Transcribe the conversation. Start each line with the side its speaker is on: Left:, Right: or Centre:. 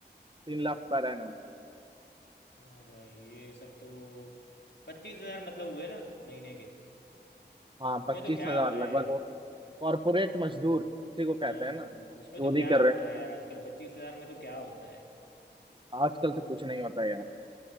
Right: तीन लाख पर एनम
Left: हाँ भाई ये सब तो पच्चीस हजार मतलब हुए ना महीने के
Right: हाँ
Left: उसमें
Right: पच्चीस
Left: तो क्या
Right: हजार
Left: होता
Right: लगभग
Left: है यार
Right: वो कॉर्पोरेट मजदूर उसी को कहते
Left: हाँ
Right: हैं ना
Left: भाई
Right: चोरी
Left: उसमें तो क्या
Right: कर
Left: होता
Right: रहे
Left: है यार आजकल पच्चीस हजार में तो क्या होता है
Right: हैं। आजकल तो कुछ नहीं होता यार